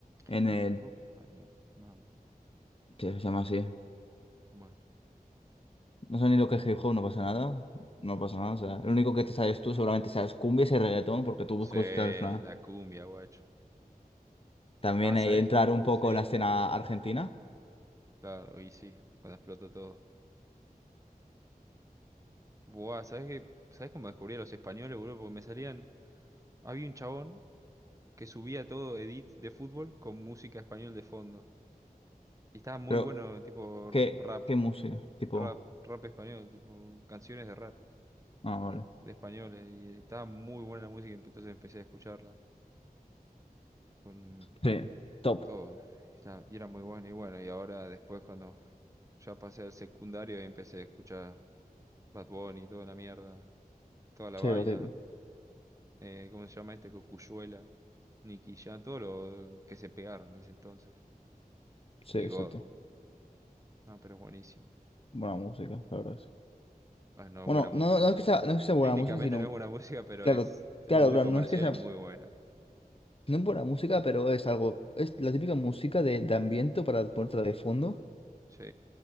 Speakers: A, on the left; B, on the right.
A: en
B: Hip
A: el...
B: hop español, mama,
A: ¿Qué se llama así?
B: bueno,
A: No sé ni lo que es hip hop, no pasa nada.
B: bueno.
A: No pasa nada, o sea, lo único que te sabes tú seguramente sabes cumbias y reggaetón, porque tú buscas
B: Sí,
A: el flan
B: la cumbia, guacho.
A: También
B: Ah, ¿sabes?
A: eh, entrar un poco
B: Sí,
A: en la escena argentina,
B: claro, y sí, cuando explotó todo. Buah, ¿sabes qué? ¿Sabes cómo descubrí a los españoles, boludo? Porque me salían. Había un chabón que subía todo edits de fútbol con música español de fondo. Y estaba muy
A: claro.
B: bueno, tipo
A: ¿Qué,
B: rap,
A: qué música? Tipo,
B: rap, rap español, tipo canciones de rap,
A: ah, vale.
B: de españoles. Y estaba muy buena la música, empe- entonces empecé a escucharla con,
A: Sí, top.
B: con todo. Y, estaba- y era muy bueno. Y bueno, y ahora después cuando ya pasé al secundario empecé a escuchar Bad Bunny, toda la mierda, toda la
A: Sí,
B: vaina.
A: lo típico.
B: Eh, ¿cómo se llama este? Cocuyuela, Nicky Jam, todo lo que se pegaron en ese entonces.
A: Sí,
B: Y
A: exacto.
B: God. No, pero buenísimo.
A: Buena música, la verdad. sí.
B: Ah, no
A: Bueno,
B: es buena música.
A: no, no no es que sea, no es que sea buena
B: Técnicamente
A: música, sino,
B: no es buena <laughs> música, pero
A: claro,
B: es
A: claro,
B: muy
A: claro,
B: comercial
A: no es que sea,
B: y muy buena.
A: no es buena música, pero es algo, es la típica música de, de ambiente para ponerte de fondo
B: Sí.